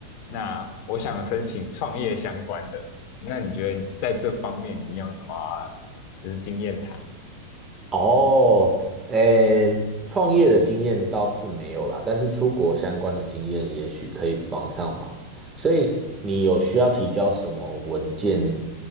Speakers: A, on the left; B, on the right.
A: 那我想申请创业相关的，那你觉得你在这方面你有什么就是经验谈？
B: 哦，诶，创业的经验倒是没有啦，但是出国相关的经验也许可以帮上忙。所以你有需要提交什么文件